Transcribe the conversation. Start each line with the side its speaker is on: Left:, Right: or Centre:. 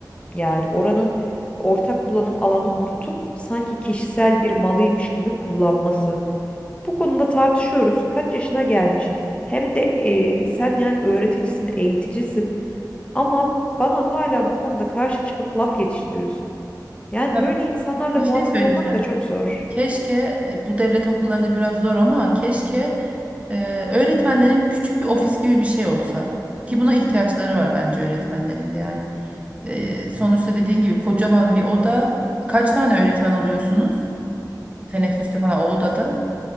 Left: Yani oranın ortak kullanım alanı unutup sanki kişisel bir malıymış gibi kullanması. Bu konuda tartışıyoruz. Kaç yaşına gelmiş? Hem de e, sen yani öğreticisin, eğiticisin. Ama bana hala bu konuda karşı çıkıp laf yetiştiriyorsun. Yani
Right: Ya
Left: böyle insanlarla
Right: Bir
Left: muhatap
Right: şey söyleyeceğim.
Left: olmak da çok zor.
Right: Keşke e, bu devlet okullarında biraz zor ama keşke e, öğretmenlerin küçük bir ofis gibi bir şey olsa. Ki buna ihtiyaçları var bence öğretmenlerin de yani. E, sonuçta dediğin gibi kocaman bir oda. Kaç tane öğretmen oluyorsunuz? Teneffüste falan o odada.